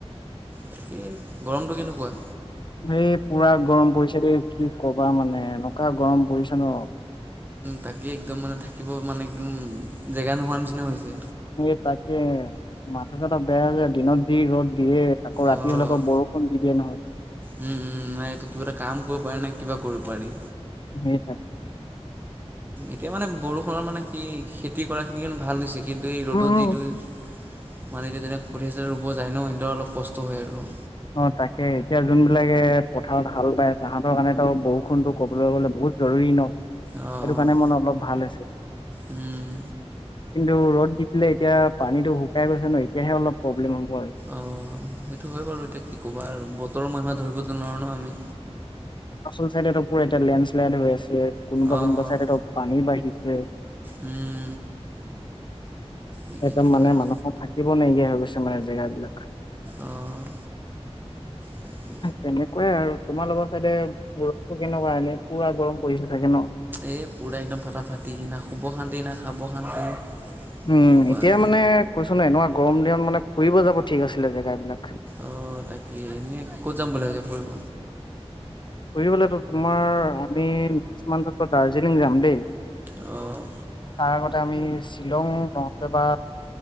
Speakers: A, on the right; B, on the left.
A: তাকেই গৰমটো কেনেকুৱা
B: এই পুৰা গৰম পৰিছে দেই কি কবা মানে এনেকুৱা গৰম পৰিছে ন
A: তাকেই একদম মানে থাকিব মানে একদম জেগা নোহোৱাৰ নিচিনা হৈছে
B: স তাকে মাথা চথা বেয়াায় দিনত দি ৰ'দ দিয়ে আক ৰাতি
A: অঁ
B: হলে আৌ বৰষুণ দি দিয়ে নহয়
A: উম উম নাই এইটো কিবা এটা কাম কৰিব পাৰি নে কিবা কৰিব পাৰি
B: সেইট
A: এতিয়া মানে বৰষুণৰ মানে কি খেতি কৰা খিনি ভাল হৈছে কিন্তু এই ৰ'দত
B: উম
A: যিটো
B: <unintelligible>
A: মানেক যেনে কিছেতে ৰুব যায় ন সেই অলপ কষ্ট হয় আৰু
B: অ তাকে এতিয়া যোনবিলাকে পথাৰত হাল বায় তাহাঁতৰ কাৰণে তো বৰষুণতো ক'বলৈ গ'লে বহুত জৰুৰী ন সেইটো
A: অ'
B: কাৰণে মন অলপ ভাল হৈছে
A: উম
B: কিন্তু ৰ'দ দি দিলে এতিয়া পানীতটো শুকাই গৈছে ন এতিয়াহে অলপ প্ৰব্লেম হ'ব আৰু
A: অঁ সেইটো হয় বাৰু এতিয়া কি ক'বা আৰু বতৰৰ মহিমা ধৰিবলৈ নোৱাৰোঁ ন আমি
B: আচল চাইডপ এতিয়া লেণ্ড শ্লাইড হৈ আছে কোনোবা
A: অ'
B: কোনোবা চাইডত পানী বাঢ়িছে।
A: উম। এই কি
B: একদম
A: ক'বা
B: মানে
A: আৰু
B: মানুহৰ থাকিব নাইকিয়া হৈ গৈছে মানে জেগাবলাক।
A: অ' তাকে
B: তেনেকুৱাই আৰু তোমালোকৰ ছাইডে ৰ'দটো কেনেকুৱা এনে পুৰা গৰম পৰিছে চাগে ন?
A: এই পূৰা একদম ফাটাফাটি না শুব শান্তি না খাব শান্তি।
B: উম,
A: কি ক'বা
B: এতিয়া
A: আৰু
B: মানে কৈছোঁ ন এনেকুৱা গৰম দিনত মানে ফুৰিব যাব ঠিক আছিলে জেগাবিলাক।
A: অ', তাকে এনেই ক'ত যাম বুলি ভাবিছ ফুৰিব?
B: ফুৰিবলৈতো তোমাৰ আমি নেক্স মান্থৰ পৰা দাৰ্জিলিং যাম দেই।
A: অ'।
B: তাৰ আগতে আমি শ্বিলং নহ'লে বা